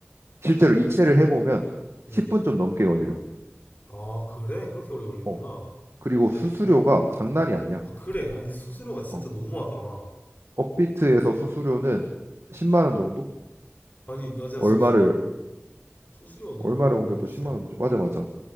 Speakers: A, on the right; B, on the left.
A: 실제로 이체를 해보면 10분
B: 응.
A: 좀 넘게 걸려.
B: 아, 그래? 그렇게 오래 걸리는구나.
A: 어. 그리고
B: 에이.
A: 수수료가 장난이 아니야.
B: 아, 그래. 아니, 수수료가 진짜
A: 어.
B: 너무하더라.
A: 업비트에서 수수료는 10만 원 정도?
B: 아니, 나 진짜
A: 얼마를
B: 수수료, 수수료가 너무,
A: 얼마를 옮겨도
B: 너무 세.
A: 10만 원. 맞아 맞아.